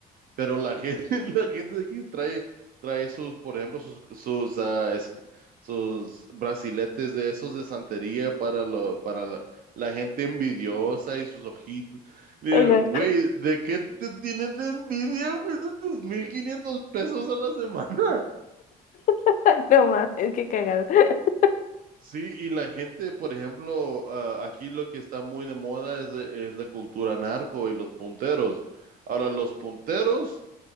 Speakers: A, on the right; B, on the left.
A: Pero la gente, <laughs> la gente de aquí trae, trae sus, por ejemplo, sus, sus, ah, es- sus brasiletes de esos de santería para, lo, para la, la gente envidiosa y sus ojitos. Digo,
B: Ajá.
A: Güey, ¿de qué te tienen envidia, güey? De tus 1500 pesos a la semana. <laughs>
B: <laughs> No más, es que cagado. <laughs>
A: Sí, y la gente, por ejemplo, ah, aquí lo que está muy de moda es, es la cultura narco y los punteros. Ahora, los punteros.